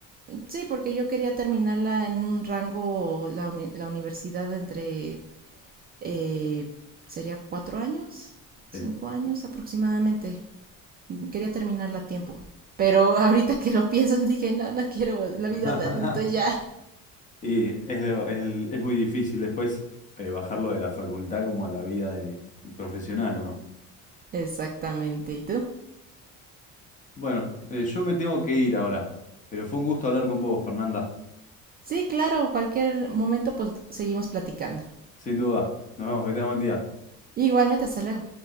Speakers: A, on the right; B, on the left.
A: Sí, porque yo quería terminarla en un rango, la, uni- la universidad entre, eh, sería 4 años, cinco
B: Sí.
A: años aproximadamente. Quería terminarla a tiempo, pero <laughs> ahorita que lo pienso dije, no, no quiero la
B: <laughs>
A: vida de adulto ya.
B: Y es, de- es- es muy difícil después eh, bajarlo de la facultad como a la vida de profesional, ¿o no?
A: Exactamente. ¿Y tú?
B: Bueno, eh, yo me tengo que ir ahora, pero fue un gusto hablar con vos, Fernanda.
A: Sí, claro, cualquier momento pues seguimos platicando.
B: Sin duda. Nos vemos, que tengas buen día.
A: Igualmente, hasta luego.